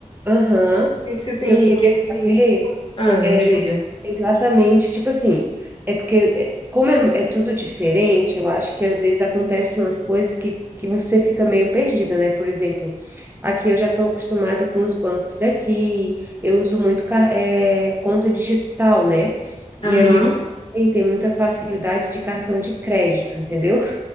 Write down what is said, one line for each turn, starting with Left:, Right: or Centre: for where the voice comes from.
Right: aham, o
Left: que que você tem,
Right: que eu queria
Left: o que que
Right: saber
Left: tem? Ah,
Right: é
Left: diga.
Right: exatamente, tipo assim, é porque é, como é, é tudo diferente, eu acho que às vezes acontecem umas coisas que, que você fica meio perdida, né? Por exemplo, aqui eu já tô acostumada com os bancos daqui, eu uso muito car- é, conta digital, né?
Left: Aham.
Right: E aí aqui tem tem muita facilidade de cartão de crédito, entendeu?